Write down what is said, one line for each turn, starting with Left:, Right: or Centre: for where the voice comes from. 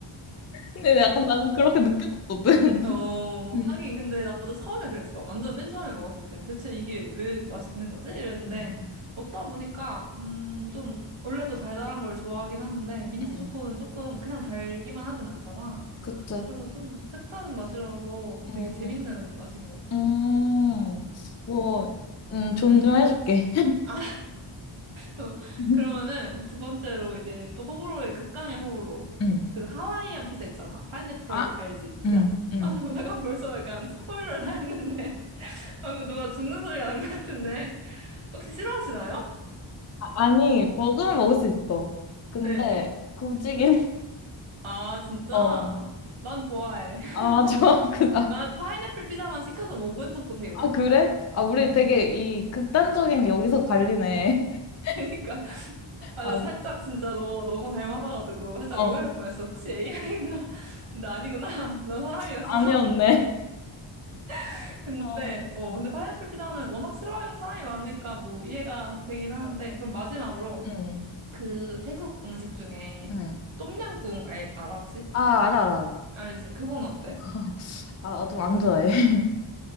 Left: 근데 약간 나는 그렇게 느껴졌거든. <laughs>
Right: 어,
Left: 음.
Right: 하긴, 근데 나도 처음에 그랬어. 완전 맨 처음에 먹었을 때. 대체 이게 왜 맛있는 거지? 이랬는데,
Left: 음,
Right: 먹다 보니까, 음, 좀, 원래도 달달한 걸 좋아하긴 하는데, 민트
Left: 음.
Right: 초코는 조금 그냥 달기만 하진 않잖아.
Left: 그치.
Right: 그래서 좀 색다른 맛이라서
Left: 음,
Right: 되게 재밌는 맛인 것 같아.
Left: 음,
Right: 음,
Left: 뭐, 음, 존중해줄게.
Right: 음. 아, <laughs>
Left: <laughs>
Right: 그러면은 두 번째로 이제 또 호불호의 극강의 호불호.
Left: 음.
Right: 그 하와이안 피자 있잖아. 파인애플
Left: 아,
Right: 알지? 피자.
Left: 음,
Right: <laughs>
Left: 음.
Right: 아, 잠깐 벌써 약간 스포일러를 다 했는데. 방금 누가 죽는 소리가 난 것 같은데. 혹시 싫어하시나요?
Left: 아, 아니, 먹으면 먹을 수 있어. 근데,
Right: 네.
Left: 굳이긴, <laughs>
Right: 아, 진짜?
Left: 어.
Right: 난 좋아해. <laughs>
Left: 아, 저, <laughs> 그, 아,
Right: 난 파인애플 피자만 시켜서 먹은 적도 되게
Left: 아,
Right: 많아.
Left: 그래? 아, 우리
Right: 음,
Left: 되게 이 극단적인 여기서 갈리네. <laughs>
Right: <laughs> 그니까. 아,
Left: 아,
Right: 나 살짝 진짜 너 너무 닮아가지고 살짝
Left: 어,
Right: 오해할 뻔했어. 혹시 AI인가? 나 <laughs> 아니구나. <laughs> 나 사람이었어.
Left: 아니었네.
Right: <laughs> 근데,
Left: 아,
Right: 어,
Left: 어.
Right: 근데 파인애플 피자는 워낙 싫어하는 사람이 많으니까 뭐 이해가 되긴 하는데. 그럼 마지막으로
Left: 응,
Right: 그 태국 음식 중에
Left: 응.
Right: 똠양꿍 알, 알아 혹시?
Left: 아, 알아, 알아, 알아.
Right: 알지? 그건 어때?
Left: <laughs> 아, 좀 안 좋아해. <laughs>